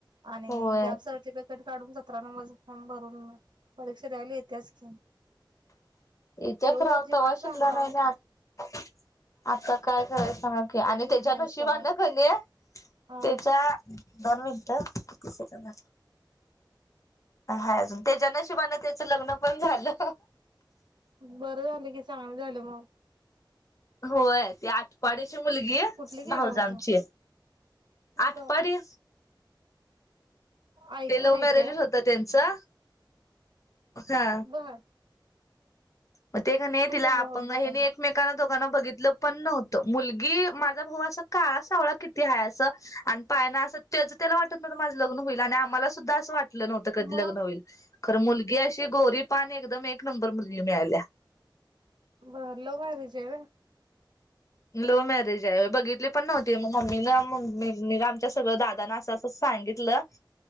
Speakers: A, on the right (about 65°); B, on the left (about 40°).
A: आणि
B: होय
A: गॅपसवरती तिकट काढून सतरा नंबर च फॉर्म भरून परीक्षा द्यायला येत्याच की,
B: इथच
A: एवढा
B: रावत
A: जीवाचा
B: शिकला
A: हाल
B: नाही नाही आ आता काय कराय सग
A: ते
B: आणि
A: पण
B: त्याच्या
A: आहे
B: नशिबाान
A: सोडा
B: कणे
A: हा
B: त्याच्या दोन मिनिट किती सेकंद हा अजून त्याच्या नशिवान त्याच लग्न पण झालं.
A: बरं झालं की चांगलं झालं मग
B: होय ते आ पाडीची मुलगी
A: कुठली गेला
B: भाऊजमची
A: होज
B: आठपाडी
A: बर ऐकून
B: ते लव्ह
A: येते
B: मॅरेजच होता त्यांचा हा
A: ह
B: मग ते का नाही
A: काय
B: तिला
A: मग
B: आपणंग
A: मुलगी
B: हे
A: चांगली
B: नाही एकमेक दोघांना बघितलं पण नव्हतं मुलगी माझा भाऊ अस काळा सावळा किती आहे असं आणि पायाना असं त्याच त्याला वाटत माझं लग्न होईल आणि आम्हाला सुद्धा असं वाटत. लं नव्हतं कधी
A: मग
B: लग्न होईल खर मुलगी अशी गोरी पाणी एकदम एक नंबर मुलगी मिळाल्या.
A: भल बारीच व
B: <inaudible>